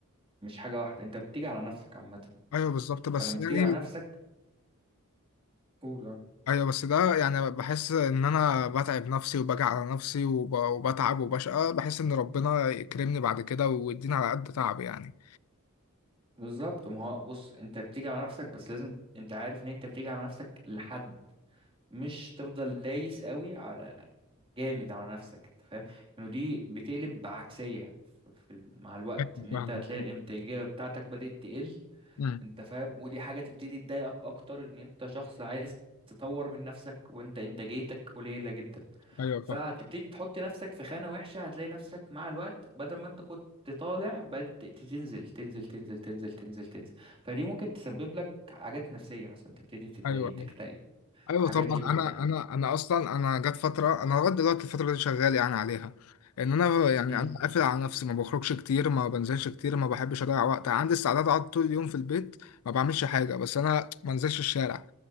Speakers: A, on the right; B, on the left.
A: مش حاجه واحده انت بتيجي على نفسك عامه
B: ايوه بالظبط بس
A: فلما
B: يعني
A: بتيجي على نفسك قول آه.
B: ايوه بس ده يعني بحس ان انا بتعب نفسي وبجع على نفسي وب- وبتعب وبشقى بحس ان ربنا يكرمني بعد كده ويديني على قد تعبي يعني
A: بالظبط ما هو بص انت بتيجي على نفسك بس لازم انت عارف ان انت بتيجي على نفسك لحد مش تفضل دايس قوي على جامد على نفسك انت فاهم انه دي بتقلب بعكسيه في في ال- مع الوقت
B: فاهم
A: ان
B: فاهم.
A: انت هتلاقي الانتاجيه بتاعتك بدات تقل
B: امم
A: انت فاهم ودي حاجه تبتدي تضايقك اكتر ان انت شخص عايز تطور من نفسك وانت انتاجيتك قليله جدا
B: ايوه
A: فهتبتدي
B: فاهم
A: تحط نفسك في خانه وحشه هتلاقي نفسك مع الوقت بدل ما انت كنت طالع بدأت تنزل تنزل تنزل تنزل تنزل تنزل فدي ممكن تسبب لك حاجات نفسيه مثلا تبتدي تتضايق
B: ايوه
A: تكتئب
B: ايوه
A: الحاجات
B: طبعا
A: دي كلها
B: انا انا انا اصلا انا جت فتره انا لغايه دلوقتي الفتره دي شغال يعني عليها ان انا يعني
A: امم
B: انا قافل على نفسي ما بخرجش كتير ما بنزلش كتير ما بحبش اضيع وقت عندي استعداد اقعد طول اليوم في البيت ما بعملش حاجه بس انا ما انزلش الشارع